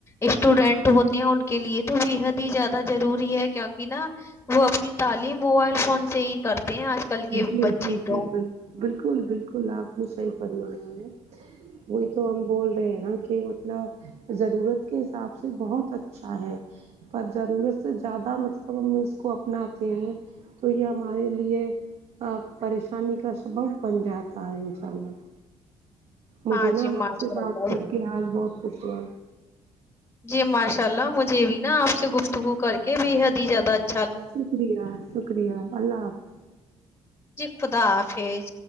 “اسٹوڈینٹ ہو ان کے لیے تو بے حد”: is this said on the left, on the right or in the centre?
Left